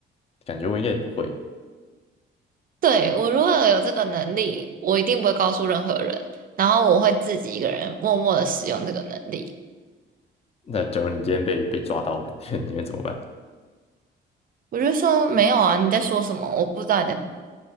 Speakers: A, on the left; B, on the right.
A: 感觉我应该也不会。
B: 对，我如果有这个能力，我一定不会告诉任何人，然后我会自己一个人默默的使用这个能力。
A: 那假如你今天被被抓到了，<laughs> 你会怎么办？
B: 我就说没有啊，你在说什么？我不知道你在说什